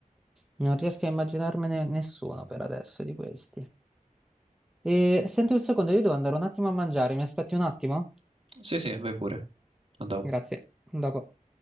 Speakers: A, in the centre; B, on the right (about 45°).
A: non riesco a immaginarmene nessuno per adesso di questi. E, senti un secondo, io devo andare un attimo a mangiare, mi aspetti un attimo?
B: Sì, sì, vai pure. A dopo.
A: Grazie, a dopo.